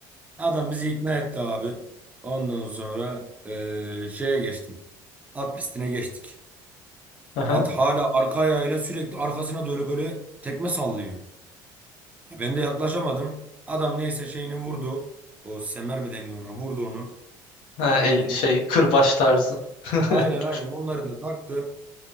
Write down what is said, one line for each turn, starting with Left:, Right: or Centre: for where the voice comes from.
Right: Adam bizi ikna etti abi. Ondan sonra eee, şeye geçtim. At pistine geçtik.
Left: Aha.
Right: At hala arka ayağıyla sürekli arkasına doğru böyle tekme sallıyor. Ben de yaklaşamadım. Adam neyse şeyini vurdu. O semer mi deniyor ona? Vurdu onu.
Left: Ha,
Right: Ondan
Left: el, şey
Right: sonra
Left: kırbaç tarzı. <laughs>
Right: aynen aynen onların da taktı.